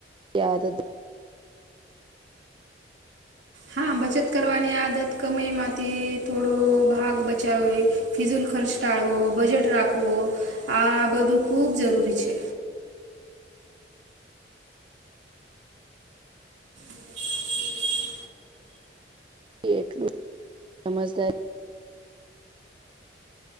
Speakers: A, on the right; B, on the right.
A: યાદ-
B: હા બચત કરવાની આદત કમાઈ માંથી થોડો ભાગ બચાવે ફિઝુલ ખર્ચ ટાળવો બજેટ રાખવો આ બધું ખૂબ જરૂરી છે. <inaudible>
A: એટલું સમજદારી